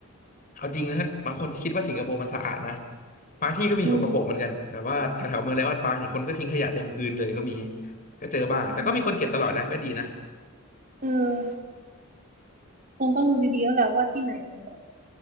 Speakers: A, on the left; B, on the right.
A: เอาจริงนะบางคนคิดว่าสิงคโปร์มันสะอาดนะบางที่ก็มีสกปรกเหมือนกันแต่ว่าแถวแถวเมืองไลออนปาร์คเนี่ยคนก็ทิ้งขยะเต็มพื้นเลยก็มี
B: อืม
A: ก็เจอบ้างแต่ก็มีคนเก็บตลอดนะก็ดีนะ
B: อ่าเออคงต้องดูดีๆแล้วแหละว่าที่ไหนมันแบบ